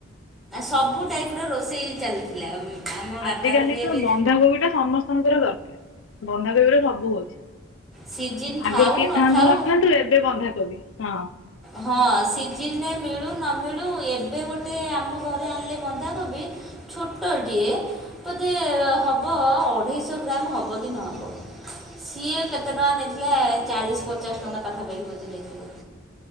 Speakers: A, in the centre; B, on the left.
A: ସବୁ ଟାଇପ୍ର ରୋଷେଇ ଚାଲିଥିଲା। ଆମ ବାପା
B: ଆଜ କାଲି
A: ଘରିଆ
B: ତ
A: ବି
B: ବନ୍ଧାକୋବି ଟା ସମସ୍ତଙ୍କର ଦରକାର ବନ୍ଧାକୋବି ଟା ସବୁ ହଉଛି।
A: ସିଜିନ୍ ଥାଉ
B: ଆଗରୁ କେହି
A: ନଥାଉ
B: ଖାଆନ୍ତୁ ନ ଖାଆନ୍ତୁ ଏବେ ବନ୍ଧାକବି ହଁ।
A: ହଁ ସିଜିନରେ ମିଳୁ ନ ମିଳୁ ଏବେ ଗୋଟେ ଆମ ଘରେ ଆଣିଲେ ବନ୍ଧାକୋବି। ଛୁଟ। ଅଟଟିଏ ବୋଧେ ହେବ ଅଢ଼େଇଶହ ଗ୍ରାମ ହେବ କି ନହେବ। ସିଏ କେତେ ଟଙ୍କା ନେଇଥିଲା ଚାଳିଶ ପଚାଶ ଟଙ୍କା ପାଖାପାଖି ବୋଧେ ନେଇଥିଲେ।